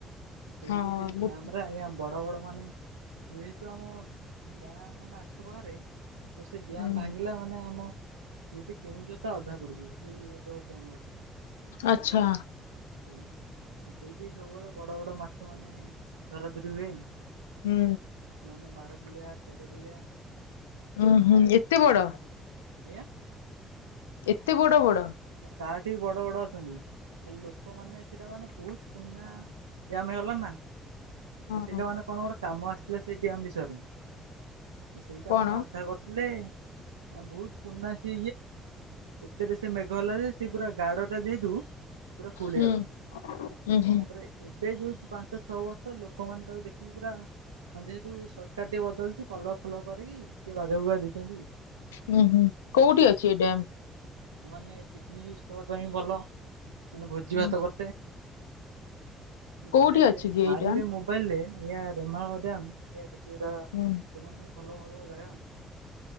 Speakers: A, on the right; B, on the left.
A: ସେଇଠି
B: ହଁ
A: ସେଇ
B: ମୁଁ
A: ଡ୍ୟାମରେ ଆଜ୍ଞା ବଡ ବଡ ମାନେ ଯେହେତୁ ଆମ ଗାଁ ମାନେ ଆଖପାଖରେ ଯଦି ସେ ଡ୍ୟାମ
B: ହୁଁ।
A: ଭାଙ୍ଗିଲା ମାନେ ଆମ ଯିଦି କେଉଁଝର ଟା ଅଧା ବୁଡିଯିବ ଏଇ ଏଡେ ବଡ ଡ୍ୟାମ ଅଛି।
B: ଆଚ୍ଛା
A: ଆଜ୍ଞା, ସେଇଠି ସବୁବେଳେ ବଡ ବଡ ମାଛ ମାନେ ଧରାଧରି ହୁଏନି।
B: ହୁଁ।
A: ମାନେ ବାର କିିଲିଆ ତେର କିିଲିଆ।
B: ହୁଁ, ହୁଁ, ଏତେ ବଡ?
A: ଆଜ୍ଞା?
B: ଏତେ ବଡ ବଡ
A: ତାଠୁ ବି ବଡ ବଡ ଅଛନ୍ତି। ଆ ଲୋକମାନେ ସେଟା ମାନେ ବହୁତ ପୁରୁଣା ଡ୍ୟାମ ହେଇଗଲା ନା।
B: ହଁ
A: ସେଇଟା ମାନେ କଣ ଗୋଟେ କାମ ଆସିଥିଲା ସେଇ ଡ୍ୟାମ ବିଷୟରେ ସେଇଟା
B: କଣ?
A: ମାନେ ଅଧା କରୁଥିଲେ। ଏ ଭହୁତ ପୁର୍ଣ୍ଣା ସେ ଏତେରେ ସେ ମ <unintelligible> ଗଲା ଯେ ସେ ପୁରା ଗାଡ ଟା ଯେଇହେତୁ ପୁରା ଫୁଲ୍
B: ହୁଁ
A: ହେଇଗଲା
B: ଉଁ ହୁଁ
A: ତାପରେ ଏବେ ଯୋଉଠି ପାଞ୍ଚ ଛଅ ବର୍ଷ ତ ଲୋକମାନେ ତାକୁ ଦେଖିକି ପୁରା ଯେହେତୁ ସରକାର ଟିକେ ବଦଳିଚିଛି କଲର ଫଲର କରିକି ଟିକେ ବାଗେଇ ବୁଗା ଦେଇଛନ୍ତି
B: ହୁଁ ହୁଁ କୋଉଠି
A: ମାନେ
B: ଅଛି ଏ ଡ୍ୟମ୍?
A: ମାନେ ପିକନିକ ସ୍ପଟ ଯାଏ ଗଲ ମାନେ ଭୋଜି
B: ହୁଁ
A: ଭାତ କରୁଥିଲେ।
B: କୋଉଠି
A: କେବେ
B: ଅଛି କି ଏଇ
A: ମାରିବେ
B: ଡ୍ୟାମ୍?
A: ମୋବାଇଲରେ ଏ ଦେମାଳ ଡ୍ୟାମ ଦେଖେଇବ। ସେଟା
B: ହୁଁ
A: ତମାନେ ଭଲ ଭବ ଜାଗା।